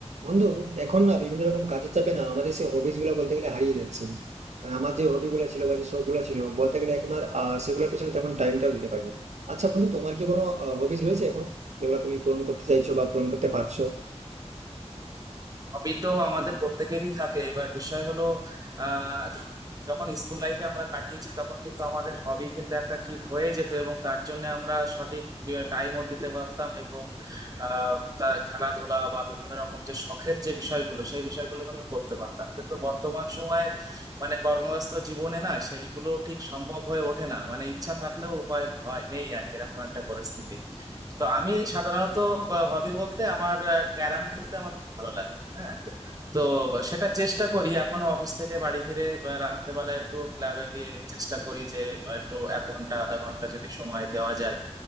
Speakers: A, on the right (about 75°); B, on the right (about 30°).
A: বন্ধু এখন না বিভিন্ন রকম কাজের চাপে না আমাদের সেই হবিস গুলো বলতে গেলে হারিয়ে যাচ্ছে মানে আমার যে হবি গুলো ছিল বা যে শখ গুলো ছিল বলতে গেলে এখন আর আহ, সেগুলোর পেছনে তেমন টাইমটাও দিতে পারি না আচ্ছা বন্ধু তোমার কি কোনো হবিস রয়েছে এখন যেগুলো তুমি পূরণ করতে চাইছো বা পূরণ করতে পারছো
B: হবি তো আমাদের প্রত্যেকেরই থাকে এবার বিষয় হলো আহ যখন স্কুল লাইফে আমরা কাটিয়েছি তখন কিন্তু আমাদের হবি কিন্তু একটা ঠিক হয়ে যেত এবং তার জন্য আমরা সঠিক টাইমও দিতে পারতাম এবং আহ তা খেলাধুলা বা বিভিন্ন রকম যে শখের যে বিষয়গুলো সেই বিষয়গুলো কিন্তু করতে পারতাম কিন্তু বর্তমান সময়ে মানে কর্মব্যস্ত জীবনে না সেইগুলো ঠিক সম্ভব হয়ে ওঠে না মানে ইচ্ছা থাকলেও উপায় হয় নেই আর কি এরকম একটা পরিস্থিতি তো আমি সাধারণত হবি বলতে আমার ক্যারাম খেলতে আমার খুব ভালো লাগে হ্যাঁ তো সেটা চেষ্টা করি এখনো অফিস থেকে বাড়ি ফিরে বা রাত্রেবেলা একটু ক্লাবে গিয়ে চেষ্টা করি যে বা একটু এক ঘন্টা আধা ঘন্টা যদি সময় দেওয়া যায়